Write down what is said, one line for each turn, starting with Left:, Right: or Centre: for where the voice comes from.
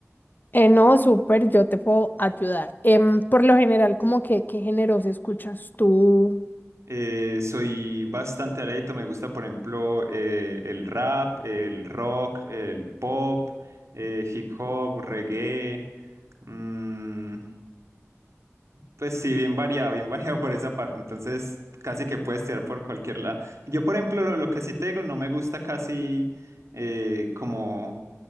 Left: Eh, no, súper, yo te puedo ayudar. Em, por lo general, como que, ¿qué géneros escuchas tú?
Right: Eh, soy bastante arédito, me gusta, por ejemplo, eh, el rap, el rock, el pop, eh, hip hop, reggae. mm, Pues sí, bien variado, bien <laughs> variado por esa parte. Entonces, casi que puedes tirar por cualquier lado. Yo, por ejemplo, lo, lo que sí te digo, no me gusta casi eh, como,